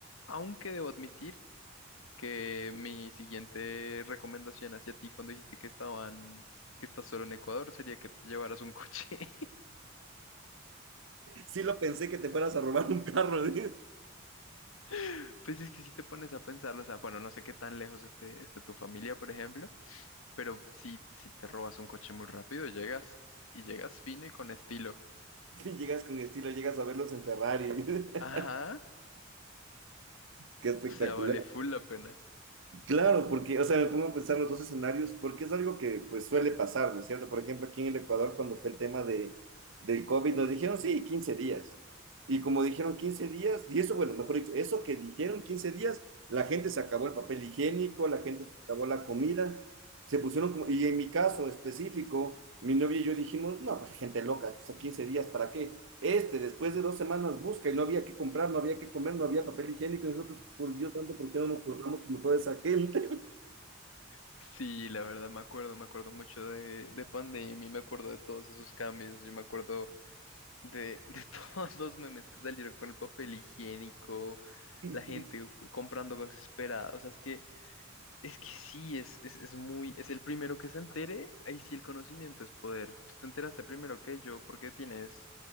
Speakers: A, on the left; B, on the right.
A: Aunque debo admitir que mi siguiente recomendación hacia ti cuando dijiste que estaban, que estás solo en Ecuador, sería que te llevaras un coche.
B: Sí lo pensé que te fueras a robar un carro. <laughs>
A: <laughs> Pues es que si te pones a pensarlo, o sea, bueno, no sé qué tan lejos esté, esté tu familia, por ejemplo, pero si, si te robas un coche muy rápido, llegas y llegas fino y con estilo.
B: Llegas con estilo, llegas a verlos en Ferrari. <laughs>
A: Ajá,
B: Qué espectacular.
A: o sea, vale full la pena.
B: Claro, porque, o sea, me pongo a pensar los dos escenarios, porque es algo que pues suele pasar, ¿no es cierto? Por ejemplo, aquí en el Ecuador, cuando fue el tema de, del COVID, nos dijeron, sí, 15 días. Y como dijeron 15 días, y eso, bueno, mejor dicho, eso que dijeron 15 días, la gente se acabó el papel higiénico, la gente se acabó la comida, se pusieron como, y en mi caso específico, mi novia y yo dijimos, no, pues, gente loca, o sea, 15 días, ¿para qué? Este, después de dos semanas busca y no había que comprar, no había que comer, no había papel higiénico, y nosotros, por Dios santo, ¿por qué no nos portamos como toda esa gente?
A: Sí, la verdad me acuerdo, me acuerdo mucho de, de Pandemia, me acuerdo de todos esos cambios, yo me acuerdo de, de <laughs> todos los memes que salieron con el papel higiénico,
B: <laughs>
A: la gente comprando cosas desesperada, o sea, es que, es que sí, es, es, es muy, es el primero que se entere, ahí sí el conocimiento es poder. Tú te enteraste primero que yo porque tienes